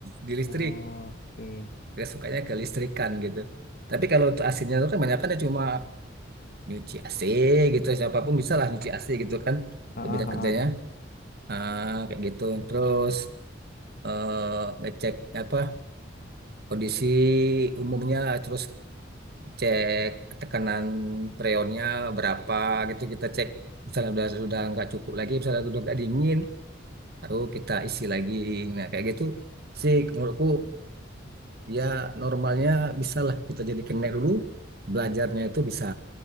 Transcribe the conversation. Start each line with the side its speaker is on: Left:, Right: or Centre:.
Right: di listrik
Left: Oh, oke.
Right: gak sukanya ke listrikan gitu tapi kalau untuk AC-nya itu kan banyak kan cuma nyuci AC gitu siapapun bisa lah nyuci AC gitu kan
Left: Ah,
Right: untuk
Left: ah,
Right: bidang kerjanya
Left: ah, ah.
Right: Ah, kayak gitu. Terus eh, ngecek apa kondisi umumnya, terus cek tekanan freonnya berapa gitu kita cek. Misalnya udah sudah nggak cukup lagi, misalnya udah nggak dingin, baru kita isi lagi. Nah kayak gitu sih menurutku ya normalnya bisa lah kita jadi connect dulu, belajarnya itu bisa.